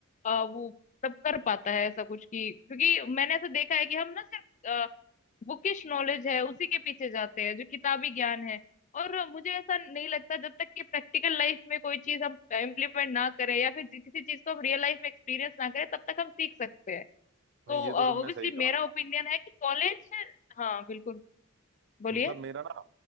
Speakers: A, on the left (about 35°); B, on the right (about 55°).
A: अ, वो सब कर पाता है ऐसा कुछ कि क्योंकि मैंने ऐसा देखा है कि हम ना सिर्फ बुकिश नॉलेज है उसी के पीछे जाते हैं जो किताबी ज्ञान है और मुझे ऐसा नहीं लगता जब तक कि प्रैक्टिकल लाइफ में कोई चीज हम इम्प्लीमेंट ना करें या फिर किसी चीज को हम रियल लाइफ में एक्सपीरियंस ना करें तब तक हम सीख सकते हैं
B: नहीं
A: तो
B: ये तो
A: ऑब्वियसली
B: तुमने सही
A: मेरा
B: कहा
A: ओपिनियन है कि कॉलेज हाँ बिल्कुल बोलिए
B: मतलब मेरा ना